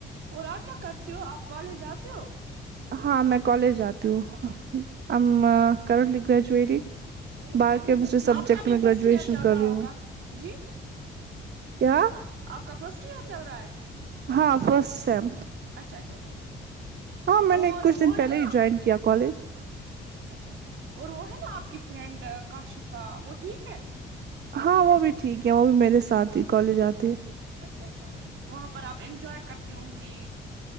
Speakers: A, on the right; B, on the right.
A: اور آپ کیا کرتی ہو آپ کالج جاتی ہو
B: ہاں میں کالج جاتتی ہوں
A: اچھا
B: ام کرلی گریجویٹیڈ باقی کے سبجیکٹ
A: آپ کا بھی
B: میں
A: فرسٹ
B: گریجویشن
A: ایئر چل
B: کر
A: رہا
B: رہی
A: ہوگا
B: ہوں
A: جی
B: کیا
A: آپ کا فرسٹ ایئر چل رہا ہے
B: ہاں فرسٹ سیم
A: اچھا اچھا بس
B: ہاں میں نے
A: اور
B: کچھ
A: وہ
B: دن پہلے
A: ہے نا
B: ہی جوائن کیا کالج
A: اچھا اچھا اور وہ ہے نا آپ کی فرینڈ کاشفہ وہ ٹھیک ہے
B: ہاں وہ بھی ٹھیک ہے وہ بھی میرے ساتھ ہی کالج آتے ہیں
A: اچھا اچھا وہاں پر آپ انجوائے کرتی ہوں گی